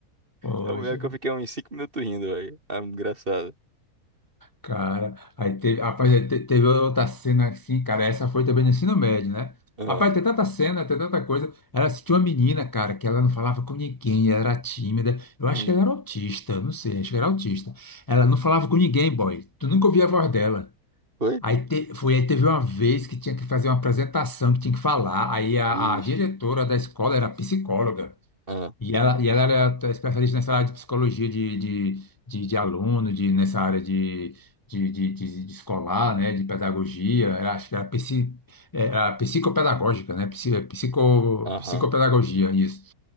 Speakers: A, on the left; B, on the right.
A: poxa.
B: Eu lembro que eu fiquei uns 5 minutos rindo, velho. É muito engraçado.
A: Cara, aí teve, rapaz, aí te- teve outra cena assim, cara, essa foi também no ensino médio, né?
B: Ah,
A: Rapaz, tem tanta cena, tem tanta coisa. Ela assistiu uma menina, cara, que ela não falava com ninguém, ela era tímida. Eu acho
B: hum.
A: que ela era autista, eu não sei, acho que era autista. Ela não falava com ninguém, boy. Tu nunca ouvia a voz dela.
B: Foi?
A: Aí te- foi, aí teve uma vez que tinha que fazer uma apresentação, que tinha que falar. Aí a,
B: Ixi.
A: a diretora da escola era psicóloga.
B: Ah,
A: E ela, e ela era especialista nessa área de psicologia de, de, de, de aluno, de, nessa área de, de, de, de- de escolar, né, de pedagogia, era, acho que era, psi, era psicopedagógica, né, psi- psico,
B: aham.
A: psicopedagogia, isso.